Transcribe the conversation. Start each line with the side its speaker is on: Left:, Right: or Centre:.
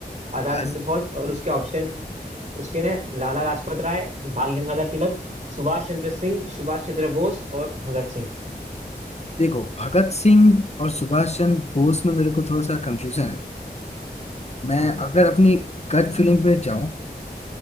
Right: आजाद
Left: आज
Right: हिंद फौज और उसके ऑप्शन उसके ने लाला लाजपत राय बाल गंगाधर तिलक सुभाष चंद्र सिंह सुभाष चंद्र बोस और भगत सिंह
Left: देखो भगत सिंह और सुभाष चंद्र बोस में मेरे को थोड़ा सा कंफ्यूजन है मैं
Right: अच्छा
Left: अगर अपनी गट फीलिंग पे जाऊं